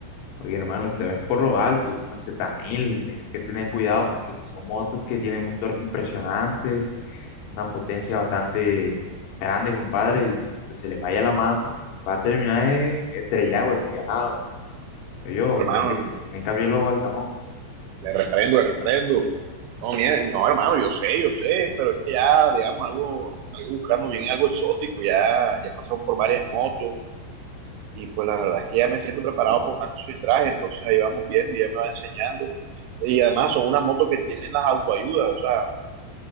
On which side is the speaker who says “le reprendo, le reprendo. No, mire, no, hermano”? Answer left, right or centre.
Right